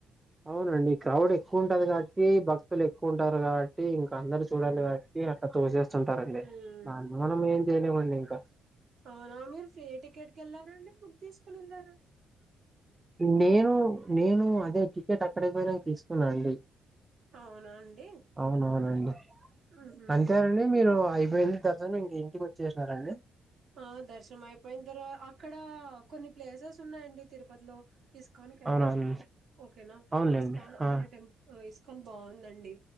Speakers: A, on the right; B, on the right.
A: అవునండి క్రౌడ్ ఎక్కువ ఉంటది కాబట్టి భక్తులు ఎక్కువ ఉంటారు కాబ ట్టి ఇంకా అందరు
B: హ్మ్
A: చూడాలి కాబట్టి అట్లా చూసేస్తుంటారండి
B: హ్మ్
A: దాన్ని మనం ఏం చేయలేమండి ఇంకా
B: అవునా మీరు ఫ్రీ టికెట్ కెళ్లారాండి బుక్ చేసుకుని వెళ్లారా
A: నేను నేను అదే టికెట్ అక్కడికి పోయినాకా తీసుకున్నా అండి
B: అవునా అండి
A: అవునవునండి
B: ఊహూ
A: అంతేనండి మీరు అయిపోయింది తర్చాన ఇంక ఇంటికి వచ్చేసినారండి
B: ఆ దర్శనం అయిపోయిన తర్వా అక్కడ కొన్ని ప్లేసెస్ స్ ఉన్నాయండి తిరుపతిలో ఇస్కాన్ కెళ్ళాము
A: అవునవును
B: ఓకేనా
A: అవునులేండి
B: ఇస్కాన్ అక్కడ
A: ఆ
B: టెంపు ఇస్ స్కాన్ బాగుందండి